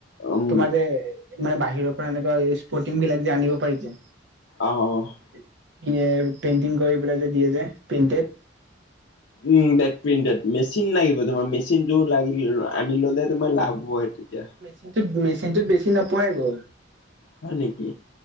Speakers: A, on the left (about 70°); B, on the right (about 65°).
A: উম
B: তোমাৰ যে, মানে বাহিৰৰ পৰা এনেকুৱা স্পৰ্টিং বিলাক যে, আনিব পাৰি যে
A: অ',।
B: <unintelligible> পেইন্টিং কৰি পেলাই যে দিয়ে যে, প্ৰেইন্টেড।
A: উম, ডেড প্ৰিন্টেড, মেচিন লাগিব তোমা, ৰ মেচিন টো লাগি লোৱা। আনি ল'লে তোমাৰ লাভ হ'ব তেতিয়া।
B: কিন্তু মেচিনটোত বেছি নপৰেগৈ।
A: হয় নেকি?